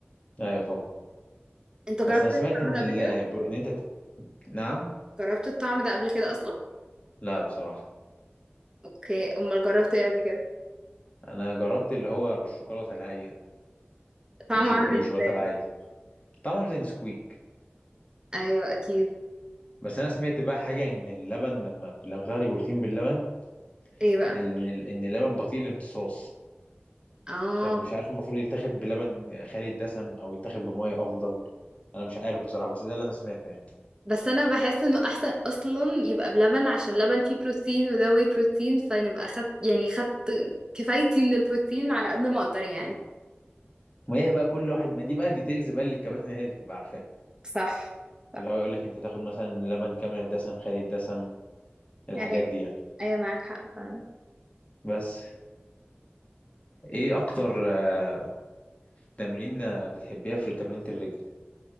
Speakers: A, on the left; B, on the right.
A: ايوه طبعا
B: انت جربت
A: بس انا سمعت
B: الطعم
A: ان
B: ده
A: ال...
B: قبل كده
A: ان انت ت- نعم
B: جربت الطعم ده قبل كده اصلا
A: لا بصراحه
B: اوكي امال جربت ايه قبل كده
A: انا جربت اللي هو بالشوكولاته العاديه
B: طعمه
A: مش الاوريو
B: عامل
A: الشوكولاته
B: ازاي
A: العادي طعمه عامل زي نسكويك
B: ايوه اكيد
A: بس انا سمعت بقى حاجه ان اللبن لما لما تاخدي بروتين باللبن
B: ايه بقى
A: ان ال- ان اللبن بطيء الامتصاص
B: اه
A: فمش عارف المفروض يتاخد بلبن خالي الدسم او يتاخد بميه افضل انا مش عارف بصراحه بس ده اللي انا سمعته يعني
B: بس انا بحس انه احسن اصلا يبقى بلبن عشان اللبن فيه بروتين وده واي بروتين فنبقى خدت يعني خدت كفايتي من البروتين على قد ما اقدر يعني
A: ما هي بقى كل واحد ما دي بقى الديتيلز بقى اللي الكباتن هي اللي بتبقى عارفاها
B: صح صح
A: اللي هو يقول لك انت تاخد مثلا لبن كامل الدسم خالي الدسم الحاجات
B: ايوه
A: دي يعني
B: ايوه معاك حق فعلا
A: بس ايه اكتر آه، تمرين آه، بتحبيها في تمرينة الرجل